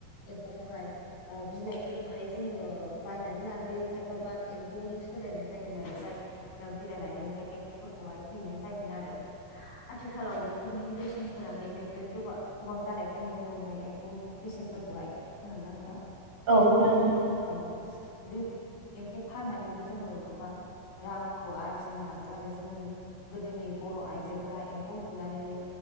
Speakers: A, on the left; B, on the right.
A: एम्फौखौ खौहाय ओ बिलाइफोरखौहाय जोङो बायनानै लाबोयो खायफा बा एम्फौजों सोलायनाय जायो मोनआरो जायनाव बिलाइ लायदों ओमफाय एम्फौफोरखौहाय हैनाय जायोमोन आरो आथिखालाव बे फोरनि बेसेनफोराहाय नोगोद गोबा गोबां जानायखौ नुनो मोनबाय एम्फौनि बेसेनफोरखौहाय ना नोंथां
B: औ खोनादों नोंथां
A: औ बे एम्फौ फाननानैबो जोङो गोबां रांखौ आरजिनो हादों आरो जोंनि गोदोनि बर' आइजोफोरा एम्फौ लुनानैनो